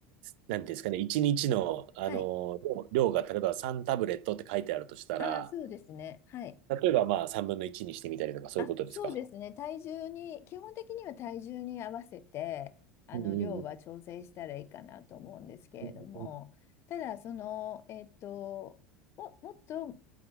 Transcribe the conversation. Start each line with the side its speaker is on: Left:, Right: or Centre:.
Right: う、なんていうんですかね、一日の、あの、
Left: はい。
Right: 量が例えば3タブレットって書いてあるとしたら、
Left: ああ、そうですね。はい。
Right: 例えばまあ3分の1にしてみたりとかそういうことですか
Left: あ、そうですね。体重に、基本的には体重に合わせて、あの、
Right: うんうん
Left: 量は調整したらいいかなと思うんですけれども、
Right: うん。う
Left: ただ、その、えっと、も、もっと、